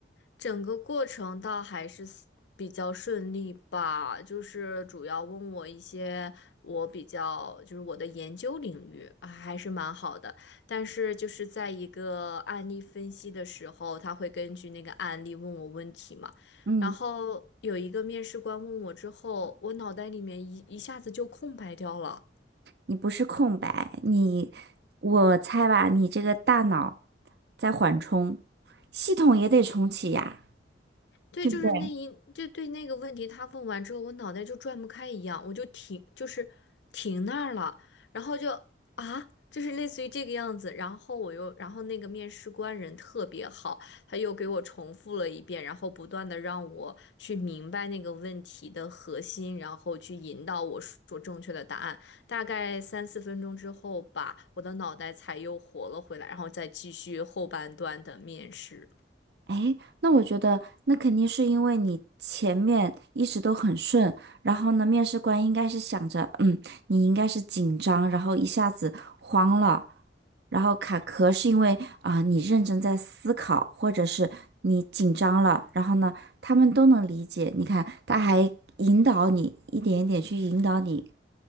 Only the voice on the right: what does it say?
嗯，
你不是空白，你，我猜吧，你这个大脑在缓冲，系统也得重启呀，
对不对？
哎，那我觉得那肯定是因为你前面一直都很顺，然后呢，面试官应该是想着，嗯，你应该是紧张，然后一下子慌了，然后卡壳是因为啊、你认真在思考，或者是你紧张了，然后呢，他们都能理解。你看，他还引导你一点一点去引导你。